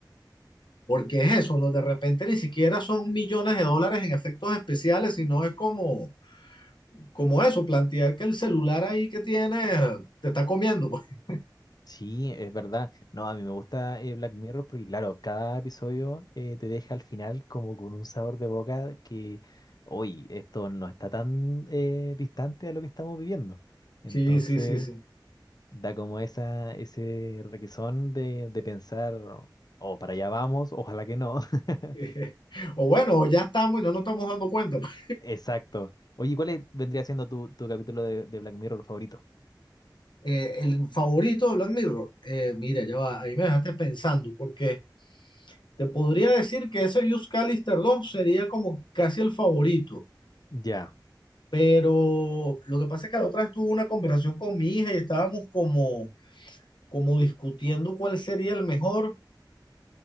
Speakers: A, on the left; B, on the left.
A: porque es eso, ¿no? De repente ni siquiera son millones de dólares en efectos especiales, sino es como, como eso, plantear que el celular ahí que tienes te está comiendo, pues. <laughs>
B: Sí, es verdad. No, a mí me gusta eh, Black Mirror porque, claro, cada episodio eh, te deja al final como con un sabor de boca que, hoy, esto no está tan eh, distante a lo que estamos viviendo. Entonces,
A: Sí, sí, sí, sí.
B: da como esa, ese requesón de, de pensar, oh, oh, para allá vamos, ojalá que no. <laughs>
A: <laughs> O bueno, ya estamos y no nos estamos dando cuenta. pues.
B: Exacto. Oye, ¿cuál es- vendría siendo tu, tu capítulo de, de Black Mirror favorito?
A: Eh, el favorito de Black Mirror, eh, mira, ya va, ahí me dejaste pensando, porque te podría decir que ese Use Callister 2 sería como casi el favorito.
B: Ya.
A: Pero lo que pasa es que la otra vez tuve una conversación con mi hija y estábamos como, como discutiendo cuál sería el mejor.